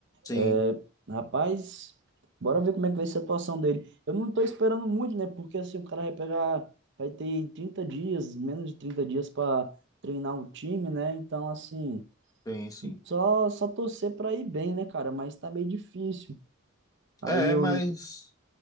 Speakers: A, on the left; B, on the right.
A: Sim,
B: É, rapaz, bora ver como é que vai ser a atuação dele. Eu não tô esperando muito, né? Porque assim, o cara vai pegar, vai ter 30 dias, menos de 30 dias pra treinar o time, né? Então, assim,
A: sim, sim.
B: só só torcer pra ir bem, né, cara? Mas tá meio difícil. Aí
A: É,
B: eu,
A: mas